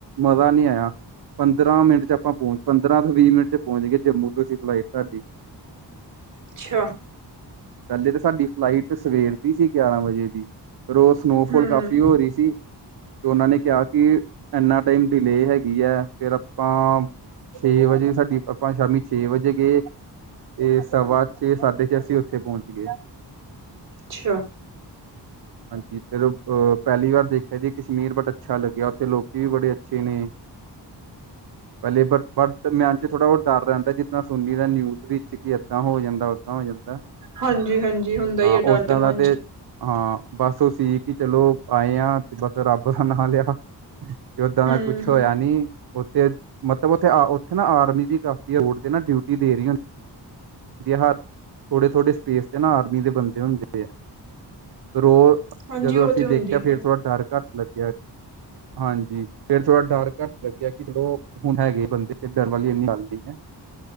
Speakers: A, on the right (about 60°); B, on the right (about 45°).
A: ਮਜ਼ਾ ਨਹੀਂ ਆਇਆ, ਪੰਦਰਾਂ ਮਿੰਟ ਚ ਆਪਾਂ ਪਹੁੰਚ ਪੰਦਰਾਂ। ਵੀਹ ਮਿੰਟ ਚ ਪਹੁੰਚ ਗਈ, ਜੰਮੂ ਤੋਂ ਸੀ ਫਲਾਈਟ ਸਾਡੀ।
B: ਅੱਛਾ।
A: ਪਹਿਲੇ ਤਾਂ ਸਾਡੀ ਫਲਾਈਟ ਸਵੇਰ ਦੀ ਸੀ ਗਿਆਰਾਂ ਵਜੇ ਦੀ, ਫੇਰ ਔ ਸਨੋਫੋਲ
B: ਹੂੰ
A: ਕਾਫੀ ਹੋ ਰਹੀ ਸੀ। ਤੇ ਉਹਨਾਂ ਨੇ ਕਿਹਾ ਕਿ, ਇਨਾ ਟਾਈਮ ਡਿਲੇ ਹੈਗੀ ਹੈ ਫਿਰ ਆਪਾਂ ਛੇ ਵਜੇ ਸਾਡੀ, ਆਪਾਂ ਸ਼ਾਮੀ ਛੇ ਵਜੇ ਗਏ ਇਹ ਸਵਾ ਛੇ ਸਾਢੇ ਛੇ ਅਸੀਂ ਉੱਥੇ ਪਹੁੰਚ ਗਏ
B: ਛ
A: ਹਾਂਜੀ ਫਿਰ ਅ ਪਹਿਲੀ ਵਾਰ ਦੇਖਿਆ, ਜੀ ਕਸ਼ਮੀਰ ਬਟ ਅੱਛਾ ਲੱਗਿਆ, ਉੱਥੇ ਲੋਕੀ ਵੀ ਬੜੇ ਅੱਛੇ ਨੇ <inaudible> ਪਹਿਲੇ ਬਟ, ਬਟ ਮਨ ਚ ਥੋੜ੍ਹਾ ਉਹ ਡਰ ਰਹਿੰਦਾ, ਜਿੱਦਾਂ ਸੁਨੀ ਦਾ ਨਿਊਜ਼ ਵਿੱਚ, ਕਿ ਏਦਾਂ ਹੋ ਜਾਂਦਾ ਓਦਾਂ ਹੋ ਜਾਂਦਾ
B: ਹਾਂਜੀ- ਹਾਂਜੀ ਹੁੰਦਾ ਹੀ
A: ਹਾਂ
B: ਹੈ, ਡਰ
A: ਓਦਾਂ
B: ਤੇ ਮਨ
A: ਦਾ
B: ਚ
A: ਹਾਂ ਬਸ ਉਹ ਸੀ ਕਿ ਚਲੋ ਆਏ ਆ, ਤੇ ਬਸ ਰੱਬ ਦਾ ਨਾਂ ਲਿਆ ਕਿ ਓਦਾਂ
B: ਹੂੰ
A: ਦਾ ਕੁਛ ਹੋਇਆ ਨੀ ਤੇ ਮਤਲਬੱ ਉੱਥੇ ਨਾ ਆਰਮੀ ਵੀ ਕਾਫੀ, ਵੋਟ ਤੇ ਨਾ ਡਿਊਟੀ ਦੇ ਰਹੀੁੰ ਹੁੰ ਥੋੜੇ ਥੋੜੇ ਸਪੇਸ ਤੇ ਨਾ, ਆਰਮੀ ਦੇ ਬੰਦੇ ਹੁੰਦੇ ਆ ਰੋਜ
B: ਹਾਂਜੀ
A: ਜਦੋਂ
B: ਉਹ
A: ਅਸੀਂ
B: ਤੇ ਹੁੰਦੀ
A: ਦੇਖਿਆ, ਫੇਰ
B: ਹੈ
A: ਥੋੜਾ ਡਰ ਘੱਟ ਲੱਗਿਆ, ਹਾਂਜੀ, ਫਿਰ ਥੋੜਾ ਡਰ ਕਟ ਲੱਗਿਆ ਕਿ ਚਲੋ ਹੁਣ ਹੈਗੇ ਬੰਦੇ, ਤੇ ਡਰ ਵਾਲੀ ਇੰਨੀ ਗੱਲ ਨਹੀਂ ਹੈ